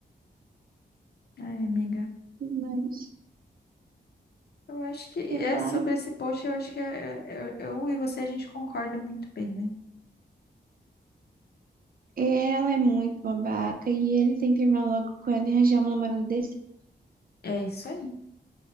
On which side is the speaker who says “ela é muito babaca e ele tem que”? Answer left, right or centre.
Right